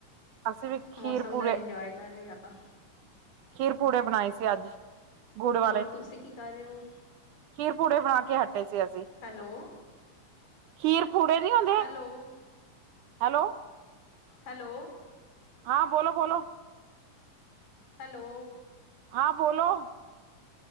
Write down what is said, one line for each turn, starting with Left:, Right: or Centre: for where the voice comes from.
Right: ਅਸੀਂ ਵੀ
Left: ਮੌਸਮ
Right: ਖੀਰ ਪੂਰੇ
Left: ਦਾ ਇੰਜੋਏ ਕਰ ਰਹੇ ਆ।
Right: ਖੀਰ ਪੂੜੇ ਬਣਾਏ ਸੀ ਅੱਜ। ਗੁੜ ਵਾਲੇ
Left: ਹੋਰ ਤੁਸੀਂ ਕੀ ਕਰ ਰਹੇ ਹੋ?
Right: ਖੀਰ ਪੂੜੇ ਬਣਾ ਕੇ ਹੱਟੇ ਸੀ ਅਸੀਂ।
Left: ਹੈਲੋ
Right: ਖੀਰ ਪੂੜੇ ਦੀ ਹੁੰਦੀ।
Left: ਹੈਲੋ
Right: ਹੈਲੋ
Left: ਹੈਲੋ
Right: ਹਾਂ ਬੋਲੋ ਬੋਲੋ।
Left: ਹੈਲੋ
Right: ਹਾਂ ਬੋਲੋ।